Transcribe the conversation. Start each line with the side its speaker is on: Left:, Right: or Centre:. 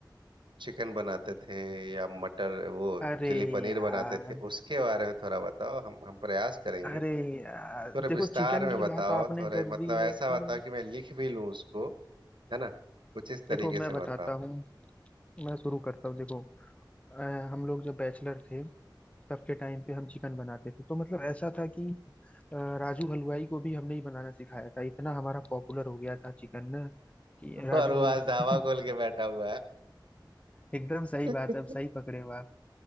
Right: चिकन बनाते थे या मटर वो
Left: अरे
Right: चिली पनीर
Left: यार
Right: बनाते थे उसके बारे में थोड़ा बताओ हम हम प्रयास करेंगे
Left: अरे यार
Right: थोड़े
Left: देखो
Right: विस्तार
Left: चिकन
Right: में
Left: की
Right: बताओ
Left: बात आपने
Right: थोड़े
Left: कर
Right: मतलब
Left: दी है
Right: ऐसा
Left: तो
Right: बताओ कि मैं लिख भी लूं उसको है ना कुछ इस तरीके
Left: देखो मैं
Right: से
Left: बताता
Right: बताओ
Left: हूँ मैं शुरू करता हूँ देखो अ, हम लोग जब बैचलर थे तब के टाइम पे हम चिकन बनाते थे तो मतलब ऐसा था कि अ, राजू हलवाई को भी हमने ही बनाना सिखाया था इतना हमारा पॉपुलर हो गया था चिकन ना कि
Right: <laughs>
Left: राजू
Right: और वो
Left: हलवाई
Right: आज धावा खोल के
Left: <laughs>
Right: बैठा हुआ है
Left: एकदम सही
Right: <laughs>
Left: बात है अब सही पकड़े हो आप